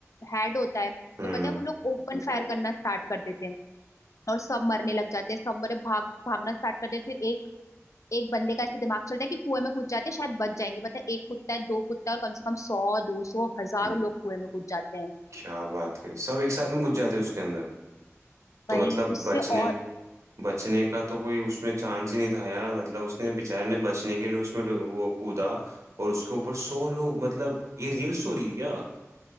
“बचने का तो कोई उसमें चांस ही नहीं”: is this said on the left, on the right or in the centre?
Right